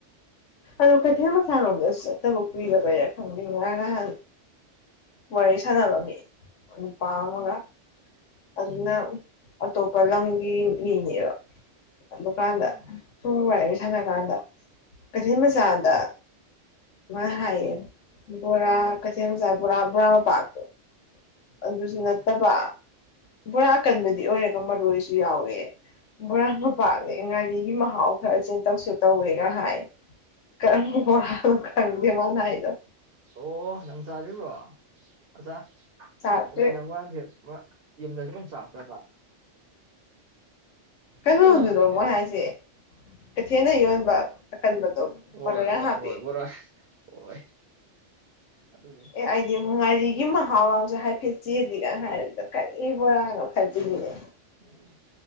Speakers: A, on the left (about 80°); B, on the right (about 50°).
A: ꯑꯗꯣ ꯀꯩꯊꯦꯜ ꯃꯆꯥꯔꯣꯝꯗ ꯆꯠꯇꯕ ꯀꯨꯔꯕꯩꯔ ꯈꯪꯗꯦ ꯉꯥꯔꯥꯡ ꯅꯍꯥꯟ ꯋꯥꯔꯤ ꯁꯥꯟꯅꯕ ꯃꯤ ꯅꯨꯄꯥ ꯑꯃꯒ ꯑꯗꯨꯅ
B: ꯎꯝ
A: ꯑꯇꯣꯞꯄ ꯂꯝꯒꯤ ꯃꯤꯅꯦꯕ ꯑꯗꯨꯀꯥꯟꯗ
B: ꯑꯣ
A: ꯁꯨꯝ ꯋꯥꯏꯔꯤꯁ ꯁꯥꯟꯅꯀꯥꯟꯗ ꯀꯩꯊꯦꯟ ꯃꯆꯥꯥꯗ ꯃꯥꯅ ꯍꯥꯏꯌꯦ ꯕꯣꯔꯥ ꯀꯊꯦꯟ ꯃꯆꯥ ꯕꯣꯔꯥ ꯕꯣꯔꯥ ꯃꯄꯥꯛꯇꯨ ꯑꯗꯨꯁꯨ
B: ꯎꯝ
A: ꯅꯠꯇꯕ ꯕꯣꯔꯥ ꯀꯟꯕꯗꯤ ꯑꯣꯏꯔꯒ ꯃꯔꯣꯏꯁꯨ ꯌꯥꯎꯋꯦ ꯕꯣꯔꯥ ꯃꯄꯥꯛꯅꯦ ꯉꯥꯔꯤꯒꯤ ꯃꯍꯥꯎ ꯈꯔ ꯆꯦꯟꯇꯛꯁꯨ ꯇꯧꯋꯦꯒ ꯍꯥꯏ ꯀꯔꯝꯕ ꯕꯣꯔꯥꯅꯣ ꯈꯪꯗꯦ ꯃꯥꯅ ꯍꯥꯏꯗꯣ
B: ꯑꯣ ꯅꯪ ꯆꯥꯔꯤꯕ꯭ꯔꯣ ꯑꯆꯥ
A: ꯆꯥꯗ꯭ꯔꯤ
B: ꯀꯩ ꯅꯪ ꯃꯣꯏꯔꯥꯡꯊꯦꯝ ꯕꯣꯔꯥ ꯌꯨꯝꯗꯁꯨ ꯑꯝꯃꯨ ꯆꯥꯔꯛꯇꯕ
A: ꯀꯩꯅꯣꯗꯨꯔꯣ
B: ꯀꯩꯅꯣꯗꯨꯅꯤꯅꯦ
A: ꯃꯣꯏ ꯍꯥꯏꯁꯦ ꯀꯩꯊꯦꯜꯗ ꯌꯣꯟꯕ ꯑꯀꯟꯕꯗꯣ
B: ꯍꯣꯏ
A: ꯃꯔꯣꯏ ꯌꯥꯝ
B: ꯍꯣꯏ
A: ꯍꯥꯞꯄꯤ
B: ꯍꯣꯏ ꯕꯣꯔꯥ ꯍꯣꯏ ꯑꯗꯨꯅꯤ
A: ꯑꯦ ꯑꯩꯗꯤ ꯉꯥꯔꯤꯒꯤ ꯃꯍꯥꯎꯒꯁꯨ ꯍꯥꯏꯐꯦꯠ ꯆꯦꯜꯂꯤꯒ ꯍꯥꯏꯕꯗꯣ ꯀꯔꯤ ꯕꯣꯔꯥꯡꯅꯣ ꯈꯜꯂꯤꯅꯤꯅꯦ
B: ꯎꯝ